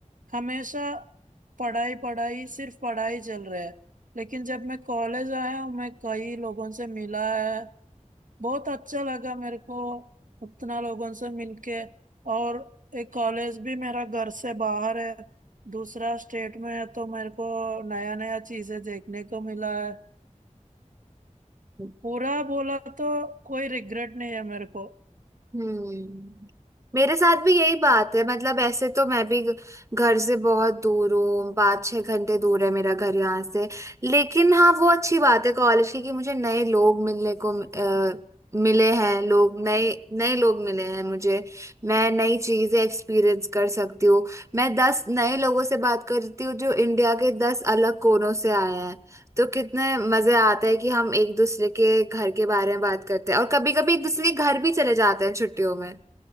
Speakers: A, on the right; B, on the right.
A: हमेशा पढ़ाई पढ़ाई सिर्फ पढ़ाई चल रहा है लेकिन जब मैं कॉलेज आया हूँ मैं कई लोगों से मिला है बहुत अच्छा लगा मेरे को उतना लोगों से मिलके और एक कॉलेज भी मेरा घर से बाहर है दूसरा स्टेट में है तो मेरे को नया नया चीजें देखने को मिला है
B: हम्म।
A: पूरा बोला तो कोई रिग्रेट नहीं है मेरे को
B: हम्म मेरे साथ भी यही बात है मतलब ऐसे तो मैं भी घ- घर से बहुत दूर हूँ पाँच छः घंटे दूर है मेरा घर यहाँ से लेकिन हाँ वो अच्छी बात है कॉलेज की कि मुझे नए लोग मिलने को अ, मिले हैं लोग नए नए लोग मिले हैं मुझे मैं नई चीजें एक्सपीरियंस कर सकती हूँ मैं दस नए लोगों से बात करती हूँ जो इंडिया के दस अलग कोनों से आए हैं तो कितने मजे आते हैं कि हम एक दूसरे के घर के बारे में बात करते हैं और कभी कभी एक दूसरे के घर भी चले जाते हैं छुट्टियों में